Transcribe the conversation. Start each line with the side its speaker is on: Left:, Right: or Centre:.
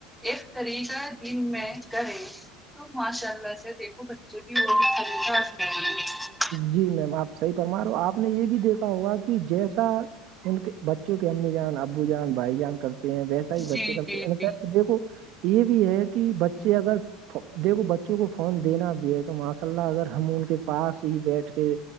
Centre: ایک طریقہ ہے جن میں <unintelligible> اے تو ماشاء اللہ سے دیکھو بچوں کیم <unintelligible>
Right: جی میم آپ صحیح فما رہے ہو آپ نے یہ بھی دیکھا ہوگا کہ جیسا <unintelligible> ان کے بچوں کے امی جان ابو جان بھائی جان کرتے ہیں ویسے <unintelligible> بچے
Centre: جی
Right: کرتے
Centre: جی
Right: انفیکٹ
Centre: جی
Right: دیکو یہ بھی ہے کہ بچے اگر <unintelligible> دیکھو بچوں کو فون دینا بھی ہے تو ماشاء اللہ اگر ہم ان کے پاس ہی بیٹھ کے